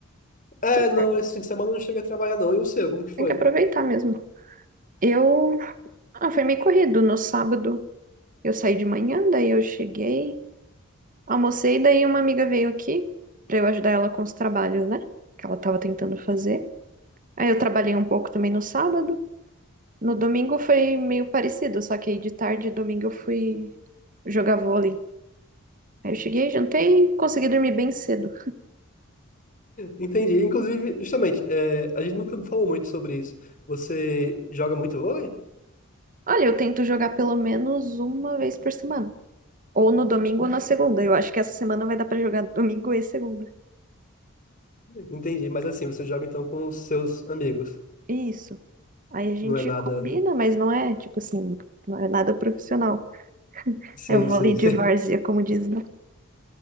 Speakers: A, on the left; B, on the right.
A: É,
B: Tá
A: não,
B: certo.
A: esse fim de semana eu não cheguei a trabalhar, não. E o seu, como que foi?
B: Tem que aproveitar mesmo. Eu. Ah, foi meio corrido. No sábado eu saí de manhã, daí eu cheguei, almocei, daí uma amiga veio aqui pra eu ajudar ela com os trabalhos, né? Que ela tava tentando fazer. Aí eu trabalhei um pouco também no sábado. No domingo foi meio parecido, só que aí de tarde, domingo, eu fui jogar vôlei. Aí eu cheguei, jantei e consegui dormir bem cedo.
A: Entendi. Inclusive, justamente, é, a gente nunca falou muito sobre isso. Você joga muito vôlei?
B: Olha, eu tento jogar pelo menos uma vez por semana. Ou no domingo ou na segunda. Eu acho que essa semana vai dar pra jogar domingo e segunda.
A: Entendi, mas assim, você joga então com os seus amigos.
B: Isso. Aí a gente
A: Não é nada.
B: combina, mas não é, tipo assim, não é nada profissional.
A: Sim,
B: É vôlei
A: sim. <laughs>
B: de várzea, como diz, né?